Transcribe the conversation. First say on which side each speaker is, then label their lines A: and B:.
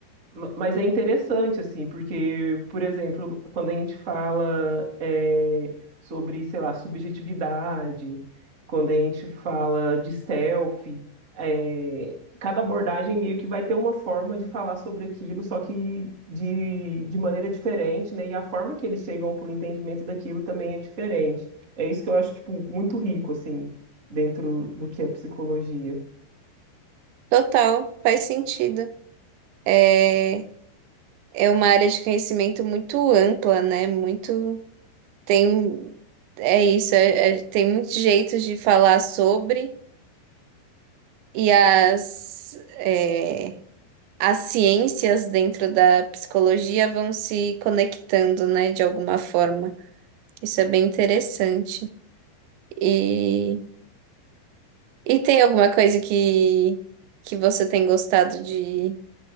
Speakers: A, on the right (about 25°); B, on the right (about 80°).
A: Ma- Mas é interessante, assim, porque, por exemplo, quando a gente fala é, sobre, sei lá, subjetividade, quando a gente fala de selfie, é, cada abordagem meio que vai ter uma forma de falar sobre aquilo, só que de, de maneira diferente, né? E a forma que eles chegam para o entendimento daquilo também é diferente. É isso que eu acho, tipo, muito rico, assim, dentro do que é psicologia.
B: total, faz sentido. É, é uma área de conhecimento muito ampla, né? Muito tem é isso, é- é- tem muitos jeitos de falar sobre e as é, as ciências dentro da psicologia vão se conectando, né? De alguma forma. Isso é bem interessante. e E tem alguma coisa que, que você tem gostado de,